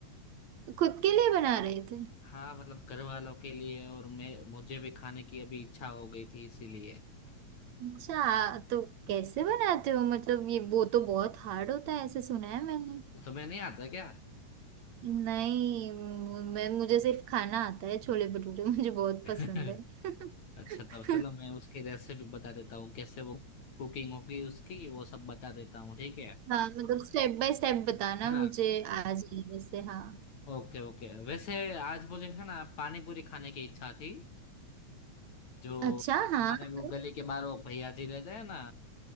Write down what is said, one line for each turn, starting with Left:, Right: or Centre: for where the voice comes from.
Right: खुद के लिए बना रहे थे
Left: हाँ मतलब घर वालों के लिए और मैं मुझे भी खाने की अभी इच्छा हो गई थी इसीलिए
Right: अच्छा तो कैसे बनाते हो मतलब ये वो तो बहुत हार्ड होता है ऐसे सुना है मैंने
Left: तुम्हें नहीं आता क्या
Right: नहीं मु- मैं मुझे सिर्फ खाना आता है छोले भटूरे मुझे बहुत
Left: <laughs>
Right: पसंद है
Left: अच्छा तो
Right: <laughs>
Left: चलो मैं उसकी रेसिपी बता देता हूँ कैसे वो कुकिंग होगी उसकी वो सब बता देता हूँ ठीक है
Right: हाँ मतलब स्टेप बाय स्टेप बताना
Left: है
Right: मुझे
Left: ना
Right: आ जाए वैसे हाँ
Left: ओके ओके वैसे आज मुझे है ना पानी पूरी खाने की इच्छा थी जो
Right: अच्छा
Left: हमारे
Right: हाँ
Left: वो
Right: तो-
Left: गली के बाहर वो भैया जी रहते हैं ना